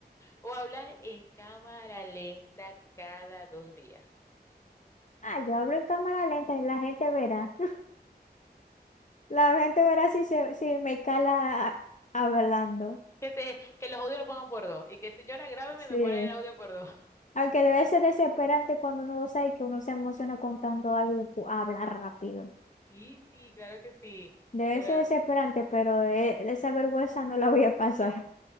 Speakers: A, on the left (about 15°); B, on the left (about 45°).
A: O, o hablar en cámara lenta cada dos días.
B: Ah, yo hablo en cámara lenta y la gente verá. <laughs> La gente verá si, se, si me cala a- hablando.
A: Que te, que los audios los pongan por dos. Y que señora, grábeme
B: Sí.
A: me pone el audio por dos.
B: Aunque debe ser desesperante cuando uno lo sabe que uno se emociona contando algo y cu- habla rápido.
A: Sí, sí, claro que sí.
B: Debe
A: Es verdad.
B: ser desesperante, pero eh, esa vergüenza no la voy a pasar.